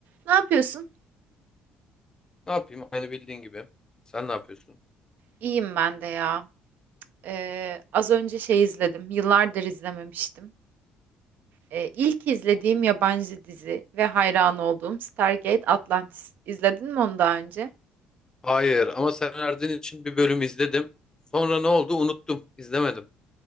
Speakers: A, on the right; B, on the left.
A: Ne yapıyorsun?
B: Ne yapayım? Aynı bildiğin gibi. Sen ne yapıyorsun?
A: İyiyim ben de ya. Ee, az önce şey izledim. Yıllardır izlememiştim. Ee, ilk izlediğim yabancı dizi ve hayran olduğum Stargate Atlantis. İzledin mi onu daha önce?
B: Hayır ama sen Erdin için bir bölüm izledim. Sonra ne oldu? Unuttum. İzlemedim.